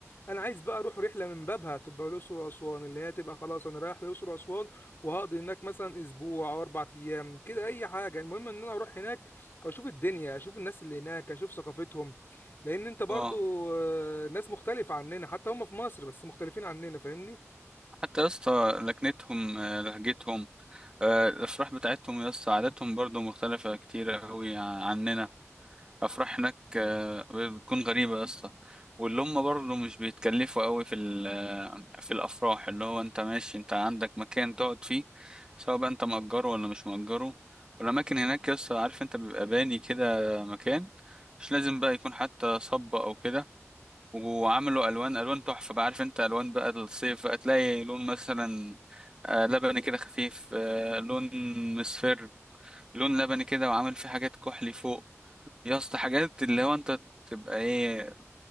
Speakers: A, on the left (about 45°); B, on the right (about 15°).
A: انا عايز بقى اروح رحله من بابها تبقى الاقصر واسوان اللي هي تبقى خلاص انا رايح الاقصر واسوان وهقضي هناك مثلا اسبوع او اربع ايام كده اي حاجه المهم ان انا اروح هناك واشوف الدنيا اشوف الناس اللي هناك اشوف ثقافتهم لان انت برضو
B: اه
A: آه، ناس مختلفه عننا حتى هم في مصر بس مختلفين عننا فاهمني
B: حتى يا اسطى لكنتهم آه، لهجتهم آه، الأفراح بتاعتهم يا اسطى عاداتهم برضو مختلفة كتير أوي عننا أفراح هناك آه، بتكون غريبة يا اسطى واللي هم برضو مش بيتكلفوا أوي في ال- آه، في الأفراح اللي هو أنت ماشي أنت عندك مكان تقعد فيه سواء بقى أنت مأجره ولا مش مأجره والأماكن هناك يا اسطى عارف أنت بيبقى باني كده مكان مش لازم بقى يكون حتى صب أو كده وعملوا الوان الوان تحفه بقى عارف انت الوان بقى الصيف بقى تلاقي لون مثلا آه، لبني كده خفيف آه، لون مصفر لون لبني كده وعامل فيه حاجات كحلي فوق يا اسطى حاجات اللي هو انت تبقى ايه